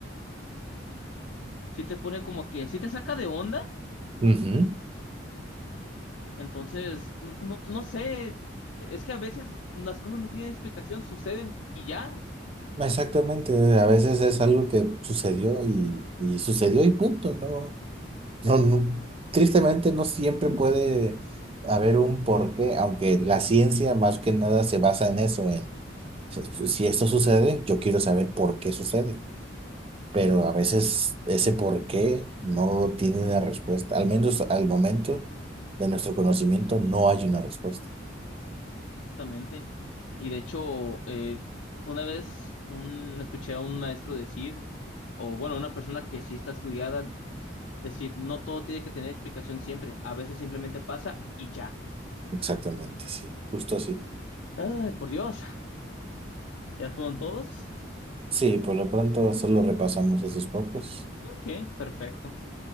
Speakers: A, on the left; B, on the right.
A: Sí te pone como que, sí te saca de onda.
B: Ujú.
A: Entonces, n- no, no sé. Es que a veces las cosas no tienen explicación, suceden y ya,
B: Exactamente, a veces es algo que sucedió y, y sucedió y punto, ¿no? No, no, tristemente no siempre puede haber un porqué, aunque la ciencia más que nada se basa en eso, Si si esto sucede, yo quiero saber por qué sucede, pero a veces ese por qué no tiene una respuesta, al menos al momento de nuestro conocimiento no hay una respuesta.
A: justamente. Y de hecho, eh, una vez un, escuché a un maestro decir, o bueno, una persona que sí está estudiada, decir, no todo tiene que tener explicación siempre, a veces simplemente pasa y ya.
B: Exactamente, sí, justo así.
A: Ay, por Dios, <laughs> ¿ya fueron todos?
B: Sí, por lo pronto solo repasamos esos pocos.
A: Ok, perfecto.